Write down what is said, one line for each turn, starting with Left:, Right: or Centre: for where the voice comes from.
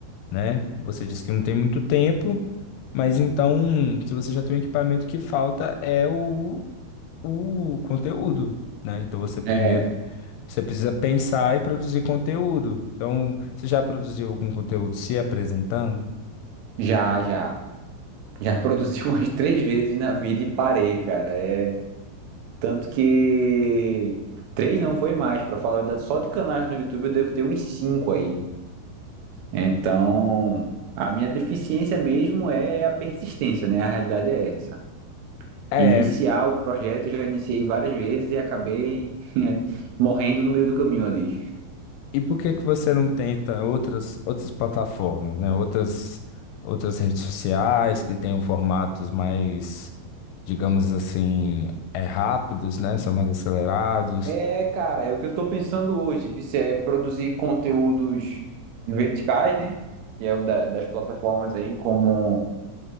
Left: né? Você disse que não tem muito tempo, mas então, se você já tem o equipamento, o que falta é o, o conteúdo, né? Então você primeiro,
Right: É,
Left: você precisa pensar e produzir conteúdo. Então, você já produziu algum conteúdo se apresentando?
Right: já, já. Já produzi <laughs> umas três vezes na vida e parei, cara. É Tanto que três não foi mais, para falar a verdade, só de canais no YouTube eu devo ter uns cinco aí. Então, a minha deficiência mesmo é a persistência, né? A realidade é essa.
Left: É,
Right: Iniciar o projeto, eu já iniciei várias vezes e acabei <laughs> morrendo no meio do caminho ali.
Left: E por que que você não tenta outras, outras plataformas, né? Outras, outras redes sociais que tenham formatos mais, digamos assim, é, rápidos, né? São mais acelerados.
Right: É, cara, é o que eu tô pensando hoje, Vice, é produzir conteúdos verticais, né? Que é o da- das plataformas aí, como